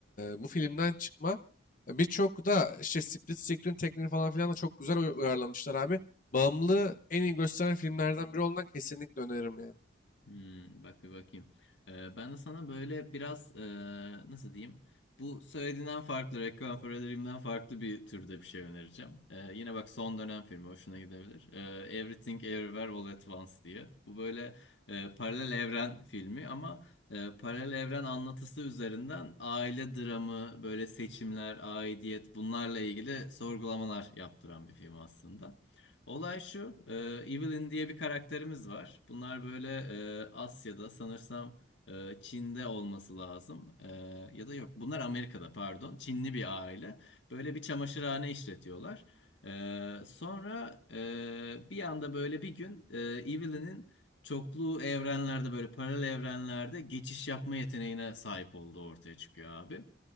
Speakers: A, on the left; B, on the left.
A: bu filmden çıkma. E, Birçok da işte split screen tekniğini falan filan da çok güzel uy- uyarlamışlar abi. Bağımlılığı en iyi gösteren filmlerden biri olduğundan kesinlikle öneririm yani.
B: Hmm, bak bir bakayım. Ee, ben de sana böyle biraz e, nasıl diyeyim? Bu söylediğinden farklı, Requiem for a Dream'den farklı bir türde bir şey önereceğim. Ee, yine bak son dönem filmi hoşuna gidebilir. Ee, Everything Everywhere All at Once diye. Bu böyle e, paralel evren filmi ama e, paralel evren anlatısı üzerinden aile dramı, böyle seçimler, aidiyet bunlarla ilgili sorgulamalar yaptıran bir film aslında. Olay şu, e, Evelyn diye bir karakterimiz var. Bunlar böyle e, Asya'da sanırsam e, Çin'de olması lazım. E, ya da yok, bunlar Amerika'da pardon. Çinli bir aile. Böyle bir çamaşırhane işletiyorlar. E, sonra e, bir anda böyle bir gün e, Evelyn'in çoklu evrenlerde böyle paralel evrenlerde geçiş yapma yeteneğine sahip olduğu ortaya çıkıyor abi.